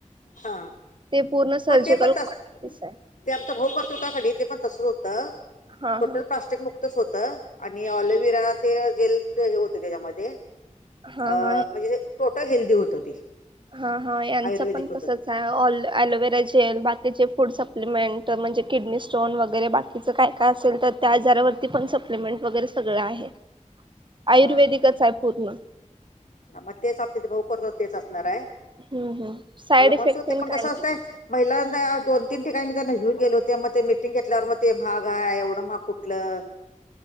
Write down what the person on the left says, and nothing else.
हा
पण ते पण तस
ते आमचा भाऊ करत होता कनी ते पण तसच होतं.
टोटल
प्लास्टिक मुक्तच होतं. आणि ऑलोविरा ते जेलच हे होतं त्याच्यामध्ये.
अ
म्हणजे- टोटल हेल्दी होत ते.
आयुर्वेदिक
होतं
हा
मग तेच आत्ता ते भाऊ करत होते तेच असणार आहे.
मला
म्हणत होते
पण कसं
असतंय- पहिलांदा दोन तीन ठिकाणी मी त्यांना घेऊन गेले होते. मग ते मीटिंग घेतल्यावर मग ते महाग ए एवढं महाग कुठलं?